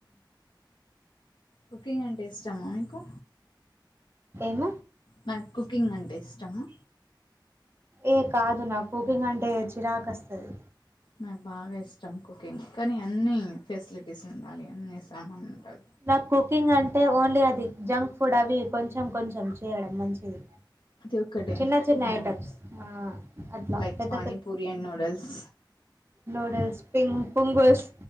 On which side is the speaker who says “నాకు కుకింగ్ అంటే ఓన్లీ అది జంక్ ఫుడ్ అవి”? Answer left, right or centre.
Right